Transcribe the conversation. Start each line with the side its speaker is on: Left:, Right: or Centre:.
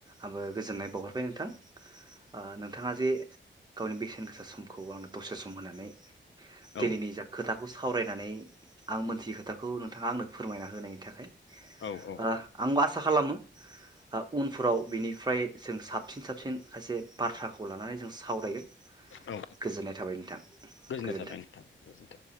Right: आंबो गोजोननाय बावहरबाय नोंथां। ओ नोंथाङा जे गावनि बेसेन गोसा सम खौ आंनो दसे सम होनानै दिनैनि
Left: औ
Right: जा खोथाखौ सावरायनानै आं मोन थियि खोथाखौ नोंथाङा आंनो फोरमायना होनायनि थाखाय।
Left: औ औ
Right: ओ आंबो आसा खालामो ओ उनफोराव बिनिफ्राय जों साबसिन साबसिन खायसे बाथ्राखौ लानानै जों सावरायगोन
Left: औ
Right: गोजोननाय थाबाय नोंथां
Left: गोजोननाय
Right: गोजोन्थों।
Left: थाबाय नोंथां गोजोन्थों